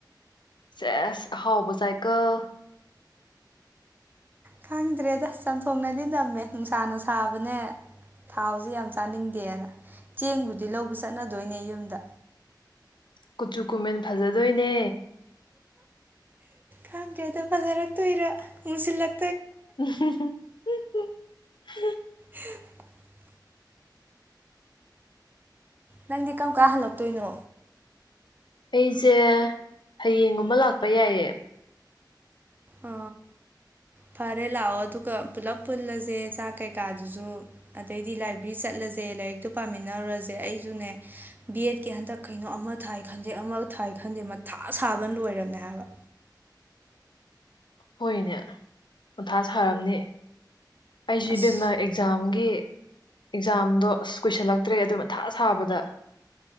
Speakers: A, on the left; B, on the right.
A: ꯆꯦꯁ ꯍꯥꯎꯕ ꯁꯥꯏꯀꯜ
B: ꯈꯪꯗ꯭ꯔꯦꯗ ꯆꯝꯊꯣꯡꯅꯗꯤ ꯅꯝꯃꯦ ꯅꯨꯡꯁꯥꯅ ꯁꯥꯕꯅꯦ ꯊꯥꯎꯁꯦ ꯌꯥꯝ ꯆꯥꯅꯤꯡꯗꯦꯅ ꯆꯦꯡꯕꯨꯗꯤ ꯂꯧꯕ ꯆꯠꯅꯗꯣꯏꯅꯦ ꯌꯨꯝꯗ
A: ꯀꯨꯆꯨ ꯀꯨꯃꯦꯟ ꯐꯖꯗꯣꯏꯅꯦ
B: ꯈꯥꯡꯗ꯭ꯔꯦꯗ ꯐꯖꯔꯛꯇꯨꯏꯔ ꯃꯨꯁꯤꯜꯂꯛ
A: <unintelligible>
B: ꯎ ꯅꯪꯗꯤ ꯀꯔꯝ ꯀꯥ ꯍꯜꯂꯛꯇꯣꯏꯅꯣ
A: ꯑꯩꯁꯦ ꯍꯌꯦꯡꯒꯨꯝꯕ ꯂꯥꯛꯄ ꯌꯥꯏꯌꯦ
B: ꯑ ꯐꯔꯦ ꯂꯥꯛꯑꯣ ꯑꯗꯨꯒ ꯄꯨꯂꯞ ꯄꯨꯜꯂꯁꯦ ꯆꯥꯛ ꯀꯩꯀꯥꯗꯨꯁꯨ ꯑꯗꯩꯗꯤ ꯂꯥꯏꯕ꯭ꯔꯦꯔꯤ ꯆꯠꯂꯒ ꯖꯦ ꯂꯥꯏꯔꯤꯛꯇꯨ ꯄꯥꯃꯤꯟꯅꯔꯨꯔꯁꯦ ꯑꯩꯁꯨꯅꯦ ꯕꯤꯑꯦꯗꯀꯤ ꯍꯟꯗꯛ ꯀꯩꯅꯣ ꯑꯃ ꯊꯥꯏ ꯈꯟꯗꯦ ꯑꯃ ꯊꯥ ꯑꯥꯏ ꯈꯟꯗꯦ ꯃꯊꯥ ꯁꯥꯕꯅ ꯂꯣꯏꯔꯕꯝꯅꯦ ꯍꯥꯏꯕ
A: ꯍꯣꯏꯅꯦ ꯃꯊꯥ ꯁꯥꯔꯝꯅꯤ ꯑꯩꯁꯨ
B: ꯑꯁ
A: ꯏꯕꯦꯝꯃ ꯑꯦꯛꯖꯥꯝꯒꯤ ꯑꯦꯛꯖꯥꯝꯗꯣ ꯑꯁ ꯀꯨꯁꯤꯜꯂꯛꯇ꯭ꯔꯦ ꯑꯗꯨ ꯃꯊꯥ ꯁꯥꯕꯗ